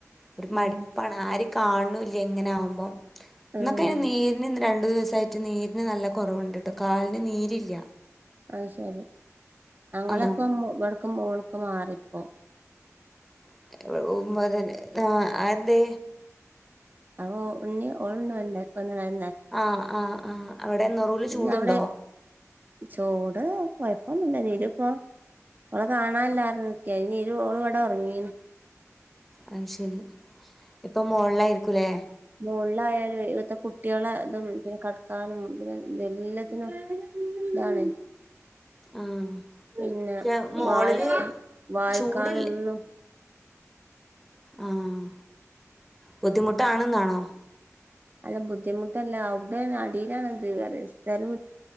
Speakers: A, in the centre; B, on the right.
A: ഒരു മടുപ്പാണ്
B: ഉം
A: ആരിം കാണുണൂല്ല്യ ഇങ്ങനാകുമ്പം ഇന്നൊക്കെ
B: ഉം
A: അയ്ന് നീരിന് രണ്ടു ദിവസായിട്ട് നീരിന് നല്ല കൊറവുണ്ട്ട്ടോ കാലിന് നീരില്ല.
B: അഹ് ശരി. അങ്ങളിപ്പം
A: ഒന്നാമത്
B: ഇവട്ക്ക് മോള്ക്ക് മാറി പ്പം
A: <unintelligible> അതെന്തേ
B: അപ്പൊ ഓ ഇണ്ണി ഓള് ണ്ട് വന്ന് വന്ന്ണ
A: ആഹ് ആഹ് ആഹ് അവിടെ നെറൂല്
B: പിന്നെ
A: ചൂടുണ്ടോ?
B: അവിടെ ചൂട് കൊയ്പ്പൊന്നുല്ല. നിലുപ്പം ഓളെ കാണാല്ലാർഞ് നിക്കേനി അയ്ല് നിലു ഓള് ഇവടെ ഒർങ്ങീന്
A: അത് ശരി. ഇപ്പം മോൾലായിരിക്കുലേ
B: മോൾളായാല്‌വേ എത്ത കുട്ടിയേളെ തും പിന്നെ കടക്കാന്നും പിന്നെ എല്ലത്തിനും ഇതാണ്
A: ആഹ്
B: പിന്നെ
A: ക്ഷേ മോളില്
B: വായിക്ക വായിക്കാനൊന്നും
A: ചൂടില് ആഹ് ബുദ്ധിമുട്ടാണ്ന്നാണോ?
B: അല്ല ബുദ്ധിമുട്ടല്ല അവ്ടേണ് അടിലാണ് ഇത് പർയാ. സ്ഥലു